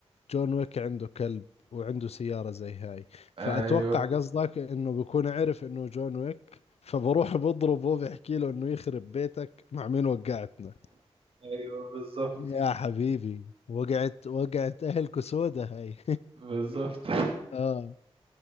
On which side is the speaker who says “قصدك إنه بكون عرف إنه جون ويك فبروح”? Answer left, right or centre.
Left